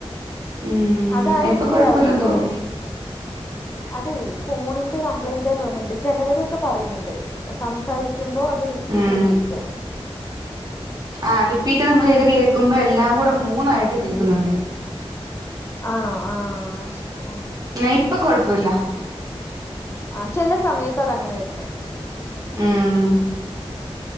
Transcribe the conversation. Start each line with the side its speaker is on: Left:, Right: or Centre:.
Right: ഉം
Left: അതാണ്
Right: ഇപ്പൊ
Left: ഡിലേ
Right: കൊഴപ്പമില്ലെന്ന്
Left: ആവണല്ലേ.
Right: തോന്നുന്നു
Left: അതെ ഫോണിന്റെ കംപ്ലയിന്റ് തോന്ന്ണ്ട് ചെലവരൊക്കെ പറയലണ്ട് സംസാരിക്കുമ്പോ അത് റിപ്പീറ്റ്
Right: ഉം
Left: യ്ത് കേക്കാണ്.
Right: ആഹ് റിപ്പീറ്റ് നമ്മൾ ചെയ്ത് കേക്കുമ്പോ എല്ലാം കൂടെ മൂന്നായിട്ട് കേക്ക്ന്നുണ്ട്.
Left: ഉം ആണോ? ആഹ് ശരി ആഹ്
Right: ന്നാ ഇപ്പൊ കൊഴപ്പല്ല.
Left: ആഹ് ചെല സമയത്ത് അത് അങ്ങനെ വര്ണേ.
Right: ഉം